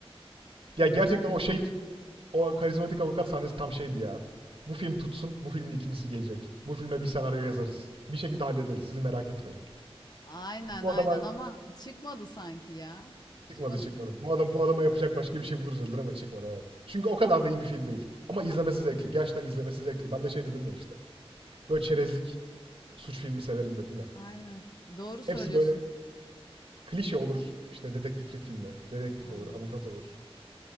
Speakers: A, on the left; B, on the right.
A: <laughs> karizmatik
B: Ya gerçekten o
A: abi.
B: şey o karizmatik avukat sahnesi tam şeydi ya. Bu film tutsun, bu filmin ikincisi gelecek. Bu filme bir senaryo yazarız. Bir şekilde hallederiz. Siz merak etmeyin.
A: Aynen
B: Bu
A: aynen
B: adama
A: ama çıkmadı sanki ya. Çıkmadı
B: çıkmadı, çıkmadı.
A: değil mi?
B: Bu adam bu adama yapacak başka bir şey buluruz dediler ama çıkmadı evet. Çünkü o kadar da iyi bir film değil. Ama izlemesi zevkli. Gerçekten izlemesi zevkli. Ben de şey dedim ya işte. Böyle çerezlik suç filmi severim dedim ya.
A: Aynen. Doğru söylüyorsun.
B: Hepsi böyle klişe olur. İşte dedektiflik filmi. Dedektif
A: Aynen.
B: olur, avukat olur.